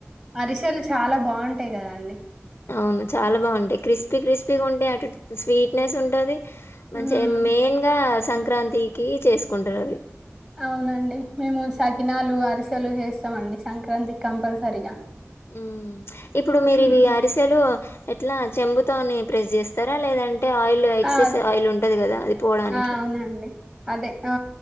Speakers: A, on the right; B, on the left.
A: అరిసలు చాలా బాగుంటాయి కదా అండి
B: అవును చాలా బాగుంటాయి క్రిస్పీ క్రిస్పీగా ఉంటాయి అటు స్వీట్నెస్ ఉంటది మంచిగా
A: ఉమ్
B: మెయిన్ గా సంక్రాంతికి చేసుకుంటారు అవి
A: అవునండి మేము సకినాలు అరిసెలు చేస్తామండి సంక్రాంతికి కంపల్సరిగా
B: ఉ ఇప్పుడు మీరివి
A: ఉమ్,
B: అరిసెలు ఎట్లా చెంబుతోనే ప్రెస్ చేస్తారా లేదంటే ఆయిల్ ఎక్సెస్
A: ఆ
B: ఆయిల్ ఉంటది కదా అది పోవడానికి
A: ఆ అవునండి అదే ఆ